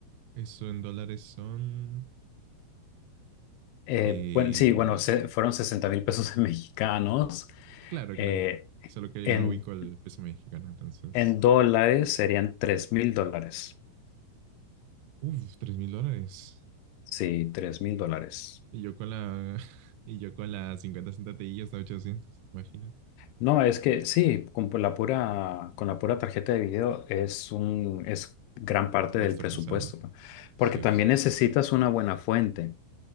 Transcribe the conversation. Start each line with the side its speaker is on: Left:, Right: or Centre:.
Right: Eso en dólares son
Left: Eh,
Right: eh,
Left: bueno, sí, bueno, se- fueron sesenta mil pesos en <laughs> mexicanos.
Right: Claro,
Left: eh,
Right: claro. Solo que
Left: en,
Right: yo no ubico el peso mexicano, entonces.
Left: en dólares serían tres mil dólares.
Right: Uf, tres mil dólares.
Left: Sí, tres mil dólares.
Right: Y yo con la. <laughs> Y yo con la 50 centatillas hasta 800. Imagínate.
Left: No, es que sí, con por la pura, con la pura tarjeta de video es un, es gran parte
Right: Un gasto
Left: del presupuesto,
Right: pesado.
Left: ¿no?
Right: Sí,
Left: porque también
Right: sí.
Left: necesitas una buena fuente.